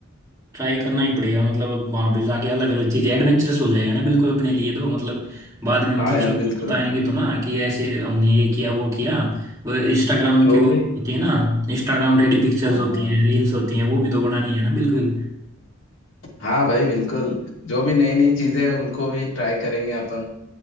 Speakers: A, on the right; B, on the left.
A: ट्राई करना ही पड़ेगा मतलब वहां पे जाके अलग अलग चीजें एडवेंचरस हो जाएगा ना बिल्कुल अपने लिए तो मतलब बाद में मतलब
B: हाँ यार
A: सबको
B: बिल्कुल
A: बताएंगे तो ना कि ऐसे हमने ये किया वो किया वो इंस्टाग्राम
B: जो
A: की वो
B: भी
A: होती है ना इंस्टाग्राम रेडी पिक्चर्स
B: हाँ
A: होती हैं रील्स होती हैं वो भी तो बनानी है ना बिल्कुल
B: हाँ भाई बिल्कुल जो भी नई नई चीजें हैं उनको भी ट्राई करेंगे अपन